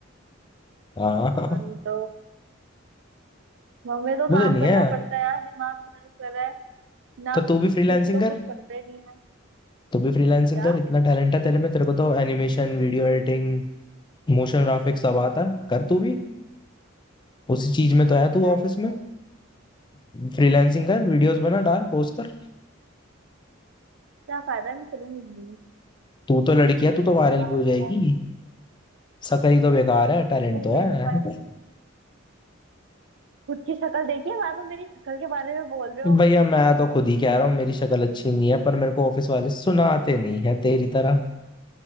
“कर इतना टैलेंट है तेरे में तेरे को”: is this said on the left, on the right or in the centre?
Left